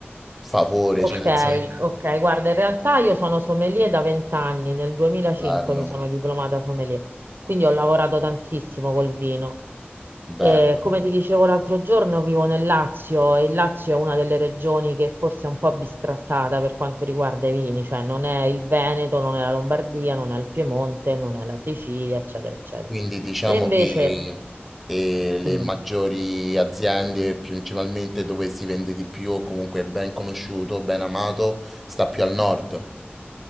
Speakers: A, in the centre; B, on the right.
A: favore,
B: Ok,
A: cioè nel senso
B: ok, guarda, in realtà io sono sommelier da vent'anni, nel 2005
A: bello.
B: mi sono diplomata sommelier, quindi ho lavorato tantissimo col vino.
A: Bello.
B: Eh, come ti dicevo l'altro giorno, vivo nel Lazio e il Lazio è una delle regioni che forse è un po' bistrattata per quanto riguarda i vini, cioè non è il Veneto, non è la Lombardia, non è il Piemonte, non è la Sicilia, eccetera, eccetera.
A: Quindi diciamo
B: E invece,
A: che eh, le
B: mm,
A: maggiori aziende, principalmente dove si vende di più, o comunque è ben conosciuto, ben amato, sta più al nord.